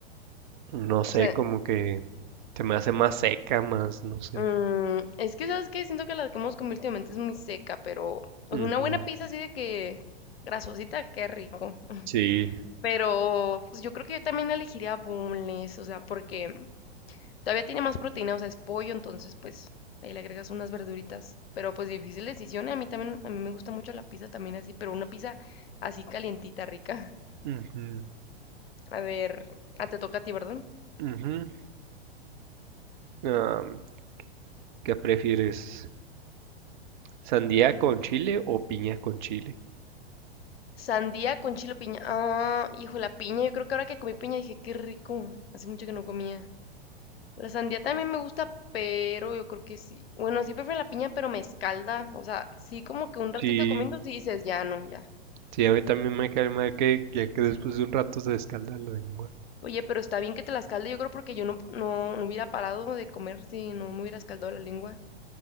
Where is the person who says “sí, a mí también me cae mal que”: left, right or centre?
Right